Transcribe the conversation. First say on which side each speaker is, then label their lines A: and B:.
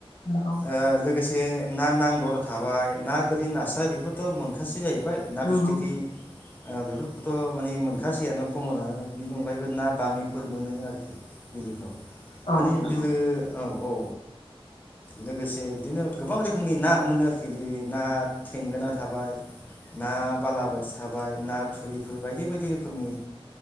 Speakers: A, on the left; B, on the left.
A: नंगौ
B: ओ लोगोसे जे ना नांदर थाबाय ना गोरि नास्राय बेफोरथ मोनखासै जा बाय ना
A: नंगौ
B: फिथिख्रि बेफोरखौथ माने मोनखासैयानो खमनानो बेनि अनगायैबो ना बामि फोर मोनो आरोखि बिलोफ्राव
A: औ
B: माने
A: नंगौ
B: बिलो औ औ औ लोगोसे बिदिनो गोबां रोखोमनि ना मोनो आरोखि जेरै ना थेंगोना थाबाय ना बालाबोथि थाबाय ना थुरिफोर बायदि बायदि रोखोमनि ओ